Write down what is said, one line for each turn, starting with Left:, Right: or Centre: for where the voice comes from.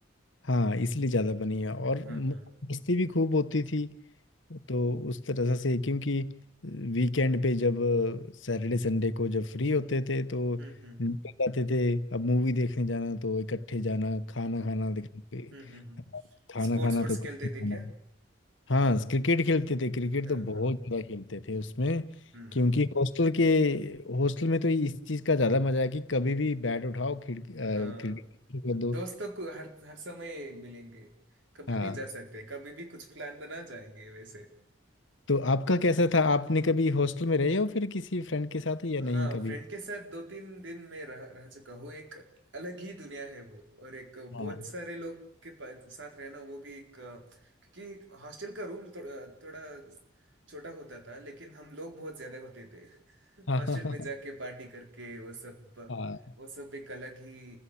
Left: हाँ इसलिए ज़्यादा बनी है और
Right: हाँ
Left: म-
Right: हाँ
Left: मस्ती भी खूब होती थी तो उस तरह से क्योंकि वीकेंड पे जब सैटरडे संडे को जब फ्री होते थे तो
Right: हम्म हम्म
Left: निकल जाते थे अब मूवी देखने जाना तो इकट्ठे जाना खाना
Right: हम्म
Left: खाना देखने पे
Right: हम्म हम्म
Left: खाना
Right: स्पोर्ट्स
Left: खाना
Right: वोर्ट्स
Left: तो इकट्ठे
Right: खेलते
Left: खाना
Right: थे क्या
Left: हाँ क्रिकेट खेलते थे क्रिकेट
Right: हाँ
Left: तो बहुत
Right: हाँ
Left: ज़्यादा खेलते थे उसमें
Right: हम्म
Left: क्योंकि हॉस्टल के हॉस्टल में तो इस चीज़ का ज़्यादा मज़ा है कि कभी भी बैट उठाओ खिड़की क्रिकेट
Right: हाँ
Left: शुरू कर दो
Right: दोस्तों को हर हर समय मिलेंगे कभी
Left: हाँ
Right: भी जा सकते हैं कभी भी कुछ प्लान बना जाएंगे वैसे
Left: तो आपका कैसा था आपने कभी हॉस्टल में रहे हो फिर किसी फ्रेंड के साथ या
Right: हाँ
Left: नहीं कभी
Right: फ्रेंड के साथ दो तीन दिन में रह रह चुका हूँ एक अलग ही दुनिया है वो और एक बहुत
Left: हाँ
Right: सारे लोग के पा- साथ रहना वो भी एक अ, क्योंकि हॉस्टल का रूम थोड़ा थोड़ा छोटा होता था लेकिन हम लोग बहुत ज्यादा होते थे
Left: <laughs> हाँ
Right: हॉस्टल
Left: हाँ
Right: में
Left: हाँ
Right: जाके पार्टी करके वो सब
Left: हाँ।
Right: वो सब एक अलग ही